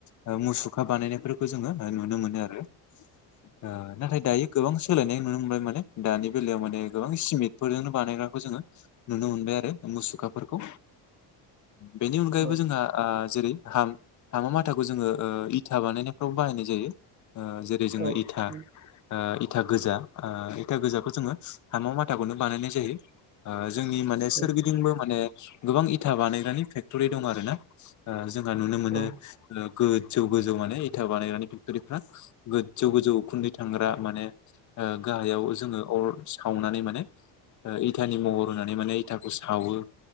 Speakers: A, on the left (about 40°); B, on the right (about 25°).
A: ओ मुसुखा बानायनायफोरखौ जोङो नुनो मोनो आरो ओ नाथाय दायो गोबां सोलायनाय नुनो मोनबाय माने दानि बेलायाव माने गोबां सिमेन्टफोरजोंनो बानाय नायखौ जोङो नुनो मोनबाय आरो मुसुखाफोरखौ बेनि अनगायैबो
B: औ
A: जोंहा ओ जेरै हां हामा माथाखौ जोङो इथा बानायनायफ्राव बाहायनाय जायो जेरै
B: औ
A: जोङो इथा
B: औ
A: ओ इथा गोजा इथा गोजाखौ जोङो हाम' माथाखौनो बानायनाय जायो जोंनि माने सोरगिदिंबो
B: जागोन
A: माने गोबां इथा बानायग्रानि फेक्टरि दं आरो ना ओ जोंहा नुनो मोनो
B: औ
A: गोजौ गोजौ माने इथा बानायग्रानि फेक्ट'रिफ्रा गोजौ गोजौ उखुन्दै थांग्रा माने ओ गाहायाव जोङो अर सावनानै माने इथानि महर होनानै माने इथाखौ सावो